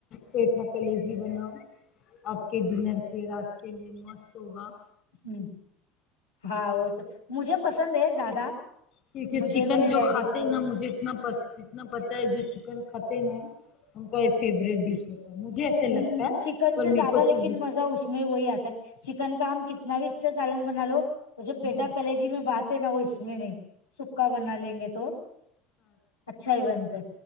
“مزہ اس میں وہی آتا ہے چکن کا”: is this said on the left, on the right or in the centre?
Left